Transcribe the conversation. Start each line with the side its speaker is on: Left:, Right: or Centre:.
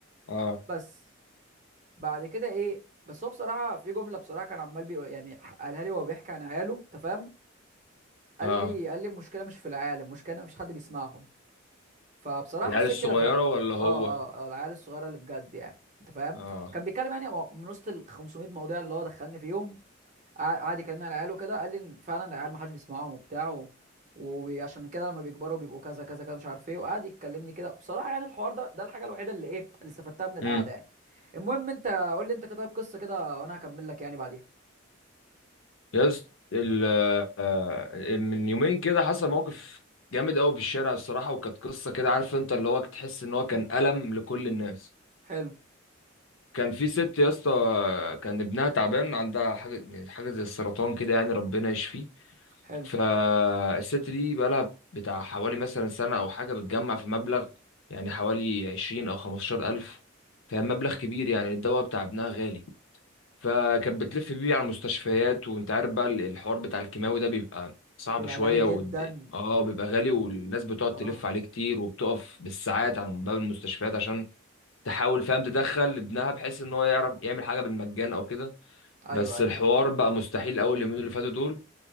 Left: اه
Right: بس بعد كده ايه بس هو بصراحه في جمله بصراحه كان عمال بيقول يعني قالها لي وهو بيحكي عن عياله انت فاهم قال
Left: اه
Right: لي قال لي المشكله مش في العيال المشكله إن مفيش حد بيسمعهم فبصراحه
Left: العيال
Right: حسيت
Left: الصغيره
Right: كده فعلا
Left: ولا
Right: اه
Left: هو
Right: اه اه العيال الصغيره اللي بجد يعني انت فاهم
Left: اه
Right: كان بيتكلم يعني من وسط ال 500 موضوع اللي هو دخلني فيهم قع- قعد يكلمني على العيال وكده قال لي إن فعلا العيال ما حدش بيسمعهم وبتاع و- وعشان كده لما بيكبروا بيبقوا كذا كذا كذا مش عارف ايه وقعد يكلمني كده بصراحه يعني الحوار ده ده الحاجه الوحيده اللي ايه اللي استفدتها من القعده
Left: امم
Right: يعني المهم انت قول لي انت كده طيب قصه كده وانا هكمل لك يعني بعديها
Left: يس ال آه، من يومين كده حصل موقف جامد قوي في الشارع الصراحه وكانت قصه كده عارف انت اللي هو تحس ان هو كان الم لكل الناس
Right: حلو
Left: كان في ست يا اسطى آه، كان ابنها تعبان عندها حاجه يعني حاجه زي السرطان كده يعني ربنا يشفيه
Right: حلو
Left: فالست دي بقالها بتاع حوالي مثلا سنه او حاجه بتجمع في مبلغ يعني حوالي 20 او 15 الف فمبلغ كبير يعني الدواء بتاع ابنها غالي فكانت بتلف بيه على المستشفيات وانت عارف بقى ال- الحوار بتاع الكيماوي ده بيبقى صعب
Right: بيبقى
Left: شوية
Right: غالي جدا
Left: و... اه بيبقى غالي والناس بتقعد
Right: اه
Left: تلف عليه كتير وبتقف بالساعات على باب المستشفيات عشان تحاول فاهم تدخل ابنها بحيث ان هو يعرف يعمل حاجة بالمجان او كده
Right: ايوه
Left: بس
Right: ايوه
Left: الحوار بقى مستحيل اول يومين اللي فاتوا دول